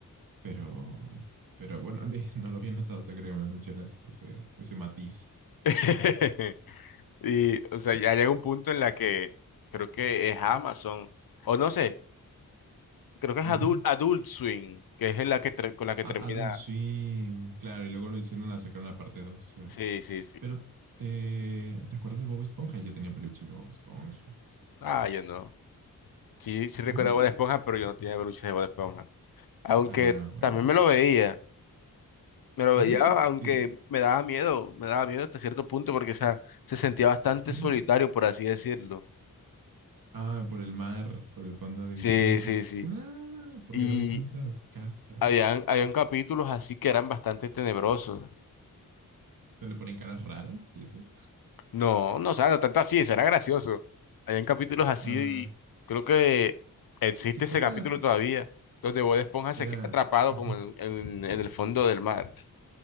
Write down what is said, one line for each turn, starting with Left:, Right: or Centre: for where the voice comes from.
Right: Pero, pero bueno, de- <laughs> no lo había notado hasta que me mencionas ese, ese matiz.
Left: <laughs> Y, o sea, ya llega un punto en la que creo que es Amazon, o no sé, creo que es
Right: Ujú.
Left: Adult, Adult Swim, que es en la que ter- con la que
Right: Ad-
Left: termina.
Right: Adult Swim, claro, y luego lo hicieron, la sacaron la parte dos ¿cierto?
Left: Sí, sí, sí.
Right: Pero te, ¿te acuerdas de Bob Esponja? Yo tenía peluches de Bob Esponja.
Left: Ah, yo no. Sí, sí recuerdo
Right: ¿No?
Left: Bob Esponja, pero yo no tenía peluches de Bob Esponja. Aunque
Right: Ah, bueno.
Left: también me lo veía, me lo
Right: Sí,
Left: veía,
Right: es
Left: aunque
Right: que,
Left: me daba miedo, me daba miedo hasta cierto punto porque, o sea, se sentía bastante
Right: ¿qué?
Left: solitario, por así decirlo.
Right: Ah, por el mar, por el fondo de
Left: Sí,
Right: bikini, pues,
Left: sí, sí.
Right: ah, porque
Left: Y
Right: no había tantas casas
Left: habían, habían capítulos así que eran bastante tenebrosos.
Right: donde ponen caras raras y eso.
Left: No, no, o sea, no tanto así, eso era gracioso. Habían capítulos así
Right: Ah,
Left: y creo que existe
Right: es que creo
Left: ese capítulo
Right: que las
Left: todavía, donde Bob Esponja se
Right: era.
Left: queda atrapado
Right: ajá.
Left: como en, en, en el fondo del mar